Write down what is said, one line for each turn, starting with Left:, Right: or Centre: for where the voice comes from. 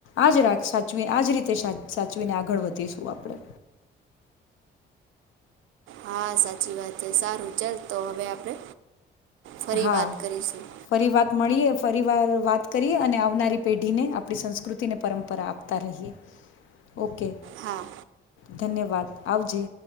Left: આજ સાચવીને આજ રીતે સાચવીને આગળ વધીશું આપણે.
Right: હા સાચી વાત છે સારું ચાલ તો હવે આપણે ફરી
Left: હા
Right: વાત કરીશું
Left: ફરી વાત મળીએ પરિવાર વાત કરીએ અને આવનારી પેઢીને આપણી સંસ્કૃતિને પરંપરા આપતા રહીએ ઓકે.
Right: હા.
Left: ધન્યવાદ આવજે.